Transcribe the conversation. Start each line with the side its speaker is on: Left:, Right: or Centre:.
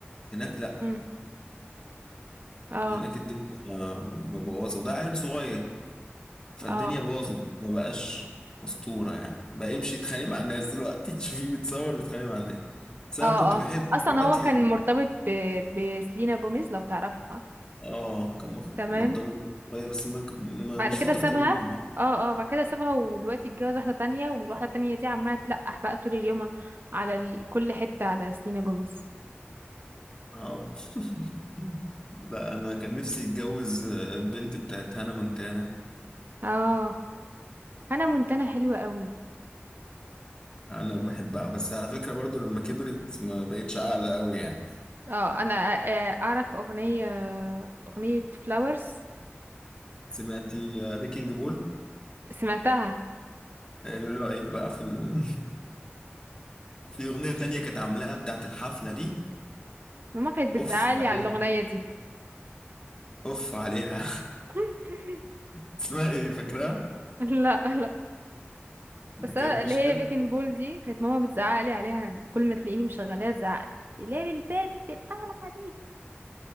Left: هناك لا
Right: امم اه
Left: هناك الدنيا آه، مبوظة وده عيل صغير فالدنيا
Right: اه
Left: باظت ما بقاش اسطوره يعني بقى يمشي يتخانق مع الناس دلوقتي تشوفيه بيتصور بيتخانق مع الناس بس انا
Right: اه
Left: كنت بحب
Right: اه اصلا
Left: دلوقتي
Right: هو كان مرتبط ب... بسلينا جوميز لو تعرفها
Left: اه كان مخ-
Right: تمام
Left: مرتبط شويه بس ما ما-
Right: بعد
Left: مش
Right: كده
Left: فتره
Right: سابها
Left: طويله يعني.
Right: اه اه بعد كده سابها ودلوقتي اتجوز واحدة تانية والواحدة التانية دي عمالة تلقح بقى طول اليوم على ال... كل حتة على سلينا جوميز
Left: اه <laughs> لا انا كان نفسي اتجوز البنت بتاعت هانا مونتانا
Right: اه انا منتنة حلوة قوي
Left: انا بحبها بس على فكره برضو لما كبرت ما بقتش عاقله قوي يعني
Right: اه انا آه، اعرف اغنية اغنية فلاورز
Left: سمعتي ريكينج بول
Right: سمعتها
Left: ايه رايك بقى في ال... <laughs> في اغنيه تانية كانت عاملاها بتاعت الحفله دي
Right: ماما كانت بتزعلي
Left: اوف عليها
Right: على الاغنية دي
Left: اوف عليها
Right: <laughs>
Left: <laughs> اسمها ايه فاكرها
Right: لا لا بس انا
Left: كانت
Right: اللي
Left: مشكله
Right: هي بيكن بول دي كانت ماما بتزعق لي عليها كل ما تلاقيني مشغلاها تزعق لي ليه البيت تبقى على دي